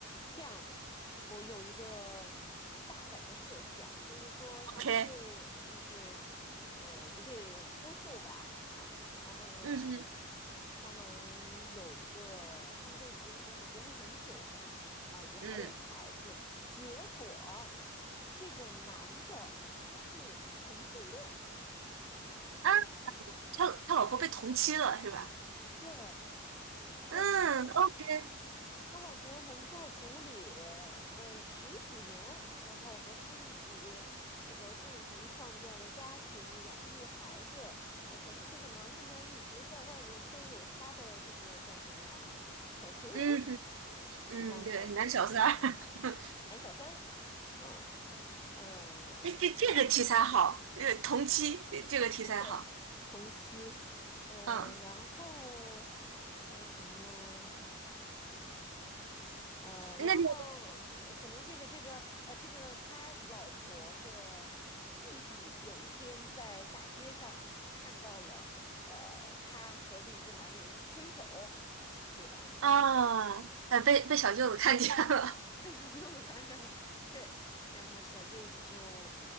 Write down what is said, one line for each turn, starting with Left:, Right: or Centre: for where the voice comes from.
Left: 这样，我有一个大胆的设想，就是说一对，
Right: ？OK，
Left: 就是呃一对夫妇吧，哈，然后呢，
Right: 嗯哼，
Left: 他们有一个，他们都已经就是结婚很久了，啊、也还有孩子，
Right: 嗯
Left: 结果这个男的他是同性恋。
Right: 啊，他他老婆被同妻了是吧？
Left: 对，可是呢，
Right: 嗯，OK，
Left: 他老婆蒙在鼓里，呃，十几年，然后和他一起这个共同创建了家庭，养育孩子。呃，可是这个男的呢，一直在外面都有他的这个叫什么呀，小情人，
Right: 嗯哼，
Left: <laughs>
Right: 嗯，
Left: 比方说，
Right: 对，男小三儿，
Left: 嗯，
Right: <laughs>
Left: 男小三儿嗯，呃，
Right: 哎，这这个题材好，
Left: 然
Right: 呃，同妻呃这个题材好。
Left: 对，同期，呃，
Right: 嗯，
Left: 然后还有什么呢？呃，
Right: 那就
Left: 然后呃可能这个这个呃，这个他老婆的弟弟有一天在大街上，他看到了呃，他和另一个男人牵手，比方说
Right: 啊，
Left: <laughs>
Right: 呃，被被小舅子看见了。
Left: 被小舅子看见了，对，然后小舅子就